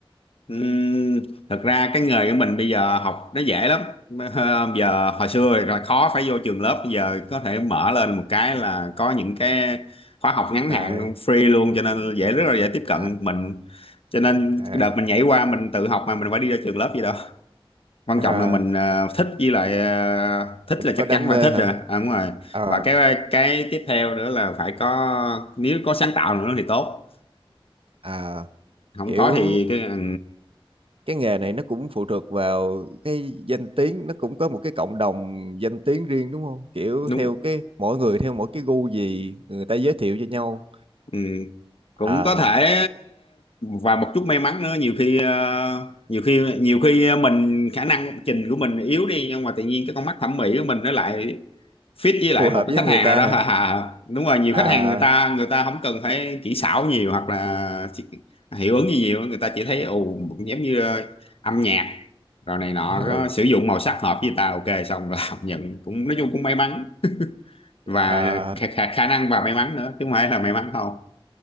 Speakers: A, on the left; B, on the right.
A: Ừm, thật ra cái nghề của mình bây giờ học nó dễ lắm Ờ, giờ hồi xưa là khó phải vô trường lớp bây giờ có thể mở lên một cái là có những cái khóa học ngắn
B: à,
A: hạn free luôn cho nên dễ rất là dễ tiếp cận
B: à,
A: mình cho nên
B: à,
A: cái đợt mình nhảy qua mình tự học mà mình phải đi ra trường lớp gì đâu quan
B: à,
A: trọng là mình ờ, thích với lại ờ, thích
B: mình
A: là chắc
B: có đam
A: chắn phải
B: mê
A: thích
B: hả
A: rồi à, đúng rồi
B: à,
A: và cái cái tiếp theo nữa là phải có nếu có sáng tạo nữa thì tốt
B: à,
A: không
B: kiểu
A: có thì cái ừ,
B: cái nghề này nó cũng phụ thuộc vào cái danh tiếng nó cũng có một cái cộng đồng danh tiếng riêng đúng không kiểu
A: đúng
B: theo cái mỗi người theo mỗi cái gu gì người ta giới thiệu cho nhau
A: ừ, cũng
B: à
A: có thể và một chút may mắn nữa nhiều khi ờ, nhiều khi nhiều khi mình khả năng trình của mình yếu đi nhưng mà tự nhiên cái con mắt thẩm mỹ của mình nó lại fit với lại
B: phù hợp
A: một cái
B: với
A: khách
B: người
A: hàng
B: ta
A: nào đó
B: hả
A: <laughs> À, đúng rồi nhiều
B: à
A: khách hàng người ta người ta không cần phải kỹ xảo nhiều hoặc là chỉ- hiệu ứng gì nhiều người ta chỉ thấy ồ giống như ờ, âm nhạc rồi này nọ
B: ừ,
A: có sử dụng màu sắc hợp với người ta ok xong là <laughs> học nhận cũng nói chung cũng may mắn và
B: à
A: khả, khả, khả năng và may mắn nữa chứ không phải là may mắn không